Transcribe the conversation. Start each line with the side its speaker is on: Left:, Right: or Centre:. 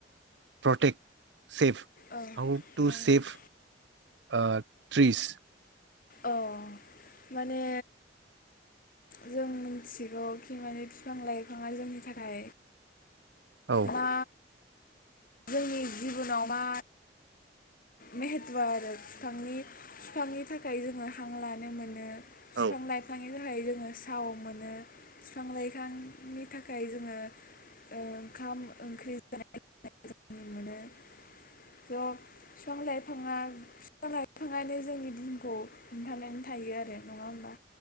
Right: प्रतेक सेफ
Left: औ
Right: हाउ टू
Left: औ
Right: सेफ ओ ट्रिस
Left: औ माने जों मिथिगौ खि माने बिफां लाइफाङा जोंनि थाखाय
Right: औ।
Left: मा जोंनि जिबनाव मा महेत' आरो बिफांनि बिफांनि थाखाय जोङो हां लानो मोनो
Right: औ
Left: बिफां लाइफां बिनि थाखाय जोङो साव मोनो बिफां लाइफांनि थाखाय जोङो ओ ओंखाम ओंख्रि <unintelligible> <unintelligible> बिफां लाइफाङा बिफां लाइफाङानो जोंनि दिनखौ हमथानानै थायो आरो नङा होमबा